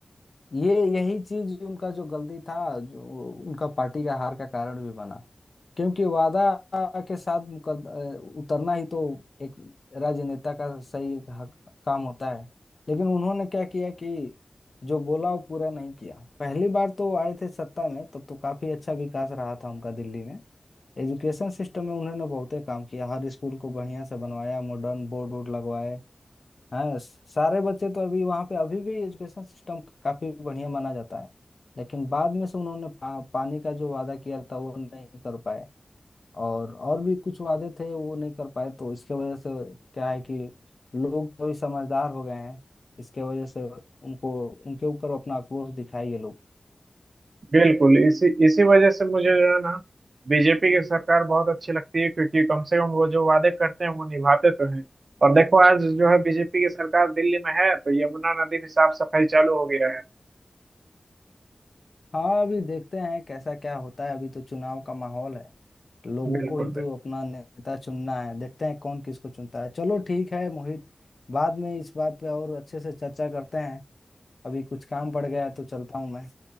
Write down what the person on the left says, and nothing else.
ये यही चीज उनका जो गलती था जो उनका पार्टी का हार का कारण भी बना क्योंकि वादा के साथ मुकद- अ, उतरना ही तो एक राजनेता का सही एक हक, काम होता है लेकिन उन्होंने क्या किया कि जो बोला वो पूरा नहीं किया पहली बार तो वो आए थे सत्ता में तब तो काफी अच्छा विकास रहा था उनका दिल्ली में एजुकेशन सिस्टम में उन्होंने बहुते काम किया हर स्कूल को बढ़िया से बनवाया मॉडर्न बोर्ड वोर्ड लगवाए हाँ सारे बच्चे तो अभी वहाँ पे अभी भी एजुकेशन सिस्टम काफी बढ़िया माना जाता है लेकिन बाद में से उन्होंने पा, पानी का जो वादा किया था वो नहीं कर पाए और और भी कुछ वादे थे वो नहीं कर पाए तो इसके वजह से क्या है कि लोग तो भी समझदार हो गए हैं इसके वजह से उनको उनके ऊपर अपना आक्रोश दिखाए ये लोग
हाँ अभी देखते हैं कैसा क्या होता है अभी तो चुनाव का माहौल है लोगों
को ही तो
अपना नेता चुनना है देखते हैं कौन किसको चुनता है चलो ठीक है मोहित बाद में इस बात पे और अच्छे से चर्चा करते हैं अभी कुछ काम पड़ गया है तो चलता हूँ मैं